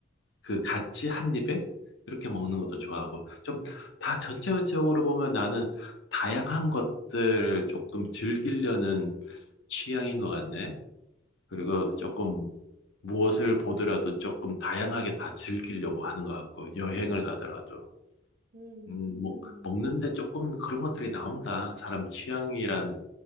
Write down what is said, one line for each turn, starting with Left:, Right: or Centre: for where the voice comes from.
Left: 그 같이 한 입에 이렇게 먹는 것도
Right: 응.
Left: 좋아하고, 좀 다 전체적으로 보면 나는 다양한 것들을 조금 즐기려는 취향인 것 같네. 그리고
Right: <laughs>
Left: 조금 무엇을 보더라도 조금 다양하게 다 즐기려고 하는 것 같고 여행을 가더라도.
Right: 음.
Left: 음 뭐 먹는데 조금 그런 것들이 나온다. 사람 취향이란